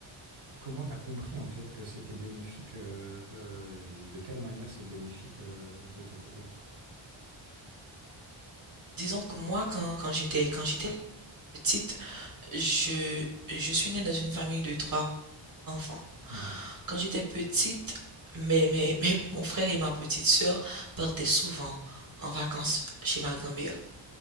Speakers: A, on the right; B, on the right.
A: comment t'as compris en fait que c'était bénéfique euh, euh, et de quelle manière c'est bénéfique euh, de ton côté?
B: disons que moi, quand, quand j'étais quand j'étais petite, je, je suis née dans une famille de trois enfants.
A: Mhm,
B: Quand j'étais petite, mais, mais, mais mon frère et ma petite sœur partaient souvent en vacances chez ma grand-mère.